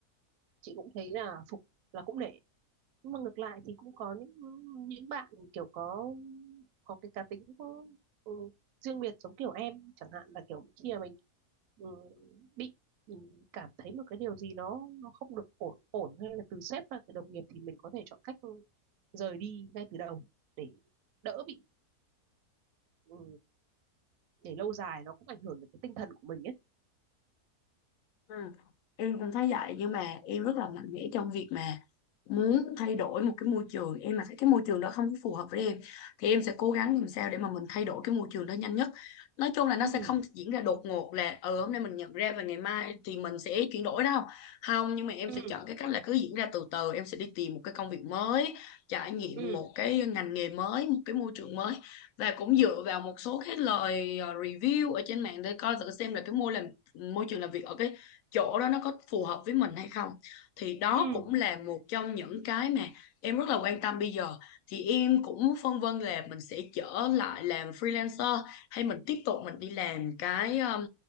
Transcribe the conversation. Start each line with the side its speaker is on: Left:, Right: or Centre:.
Right: chị cũng thấy là phục là cũng nể nhưng mà ngược lại thì cũng có những những bạn kiểu có có cái cá tính có, ừ, riêng biệt giống kiểu em chẳng hạn là kiểu khi mà mình ừ, bị mình cảm thấy một cái điều gì nó nó không được ổn ổn hay là từ sếp hay là từ đồng nghiệp thì mình có thể chọn cách rời đi ngay từ đầu để đỡ bị ừ, để lâu dài nó cũng ảnh hưởng đến cái tinh thần của mình ấy
Left: Ừ. Em cũng thấy vậy nhưng mà em rất là mạnh mẽ trong việc mà muốn thay đổi một cái môi trường em mà thấy cái môi trường đó không có phù hợp với em thì em sẽ cố gắng làm sao để mà mình thay đổi cái môi trường đó nhanh nhất nói chung là nó
Right: ừ,
Left: sẽ không diễn ra đột ngột là ừ hôm nay mình nhận ra và ngày mai thì mình sẽ chuyển đổi đâu không nhưng mà em
Right: ừ,
Left: sẽ chọn cái cách là cứ diễn ra từ từ em sẽ đi tìm một cái công việc mới trải nghiệm
Right: ừ,
Left: một cái ngành nghề mới một cái môi trường mới và cũng dựa vào một số cái lời ờ, review ở trên mạng để coi thử xem là cái môi làm môi trường làm việc ở cái chỗ đó nó có phù hợp với mình hay không thì đó
Right: ừ.
Left: cũng là một trong những cái mà em rất là quan tâm bây giờ thì em cũng phân vân là mình sẽ trở lại làm freelancer hay mình tiếp tục mình đi làm cái um,